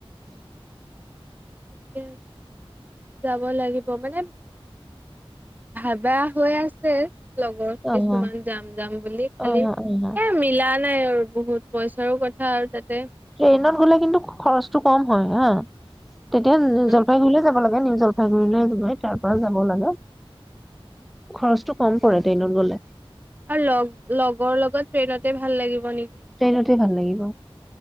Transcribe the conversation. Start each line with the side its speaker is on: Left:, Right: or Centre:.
Centre: <unintelligible>
Right: ঠিকে কে আছে, যাব লাগি ব মানে, ভাবা হৈ আছে। লগৰ কিছুমানে
Centre: অ',
Right: যাম, যাম বুলি খালি
Centre: অ', অ',
Right: এ, মিলা নাই আৰু বহুত পইচাৰো কথা, আৰু তাতে
Centre: ট্ৰেইনত গ'লে কিন্তু খৰচটো কম হয়, হা। তেতিয়া জ
Right: ন
Centre: জলপাইগুৰিলে যাব ব লাগে। নিউ জলপাইগুৰিলে গৈ তাৰ পৰা যাব লাগে। খৰচটো কম পৰে ট্ৰেইনত গ'লে।
Right: আৰু লগ-লগৰ লগত ট্ৰেইনতে ভাল লাগিব নেকি?
Centre: ট্ৰেইনতে ভাল লাগিব